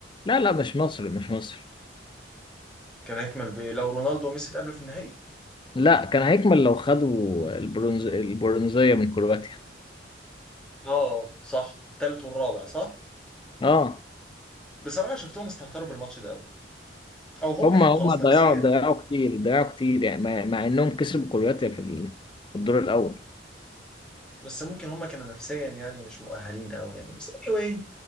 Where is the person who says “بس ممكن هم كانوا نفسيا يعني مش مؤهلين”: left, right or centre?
Centre